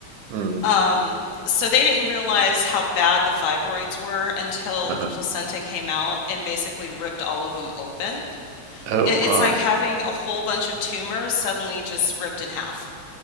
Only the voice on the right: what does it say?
Hmm.
Uh-huh.
Oh
my.